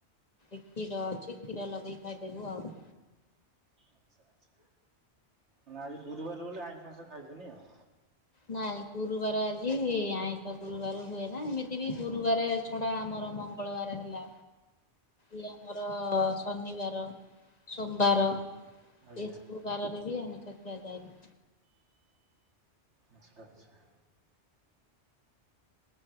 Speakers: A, on the left (about 35°); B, on the right (about 80°).
A: କ୍ଷୀର ଅଛି କ୍ଷୀର ଲଗେଇ ଖାଇଦେବୁ ଆଉ।
B: ଆଚ୍ଛା ଆଚ୍ଛା ମାନେ ଆଜି ଗୁରୁବାର ବୋଲି ଆଇଁଷ ଫାଇଁଷ ଖାଇବେନି ଆଉ।
A: ନାଇଁ ଗୁରୁବାର ଆଜି ଆଇଁଷ ଗୁରୁବାର ହୁଏ ନା ଏମିତି ବି ଗୁରୁବାର ଛଡା ଆମର ମଙ୍ଗଳବାର ହେଲା ଇଏ ଆମର ଶନିବାର ସୋମବାର
B: ଆଜ୍ଞା ଆଜ୍ଞା। ଆଜ୍ଞା
A: ଏସବୁବାରରେ ବି ଆମର ଖିଆ ଯାଏନି।
B: ଆଛା ଆଛା।